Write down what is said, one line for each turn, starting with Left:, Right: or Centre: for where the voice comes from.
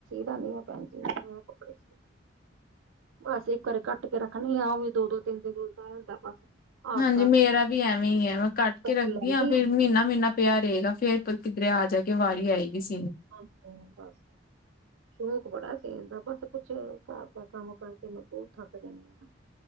Right: ਜਾਨਿ ਆ ਭੈਣ ਜੀ ਕੱਪੜੇ ਸਿੱਣੇ, ਬੱਸ ਇੱਕ ਵਾਰੀ ਕੱਟ ਕੇ ਰੱਖਣੀ ਆ, ਉਹ ਵੀ ਦੋ ਦੋ ਤਿੰਨ ਦਿਨ ਰੁਲਦਾ ਰਹਿਦਾ ਬਸ। ਆਸਤਾ
Left: ਹਾਂਜੀ ਮੇਰਾ ਵੀ ਐਵੇਂ ਹੀ ਹੈ ਮੈਂ ਕੱਟ
Right: ਕਰ
Left: ਕੇ ਰੱਖਦੀ
Right: ਲੈਂਦੀ
Left: ਹਾਂ ਫੇਿਰ
Right: ਆ
Left: ਮਹੀਨਾ
Right: ਮੈਂ
Left: ਮਹੀਨਾ ਪਿਆ ਰਹੇਗਾ ਫੇਿਰ ਕਿੱਧਰੇ ਆ ਜਾ ਕੇ ਵਾਰੀ ਆਏਗੀ ਸ
Right: ਹਾਂ ਬਸ ਸ਼ੌਕ ਬੜਾ। ਸੇਲ ਦਾ ਬਸ ਕੁੱਛ ਘਰ ਦਾ ਕੰਮ ਕਰਕੇ ਮੈਂ ਥੱਕ ਜਾਨੀ ਆ